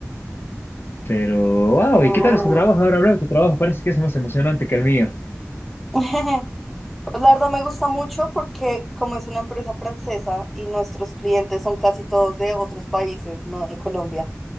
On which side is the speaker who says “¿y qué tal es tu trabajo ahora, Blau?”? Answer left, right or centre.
Left